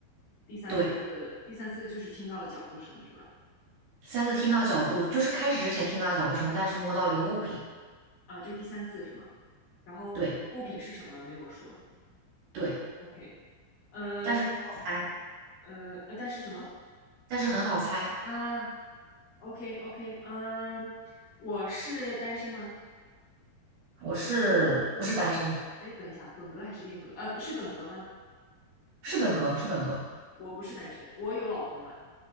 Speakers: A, on the left; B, on the right.
A: 第三次第三次就是听到了脚步声是吧？
B: 对。三次听到脚步，就是开始之前听到脚步声，但是摸到了一个物品。
A: 啊，就是第三次是吗？然后物品是什么没有说。
B: 对对，
A: OK，呃
B: 但是很好猜，
A: 呃呃，但是什么
B: 但是很好猜。
A: 啊？OK OK，嗯，我是单身吗？
B: 我是不是单身？
A: 哎，等一下，本格还是变革？呃，不是本格吗？
B: 是本格，是本格。
A: 我不是单身，我有老婆吗？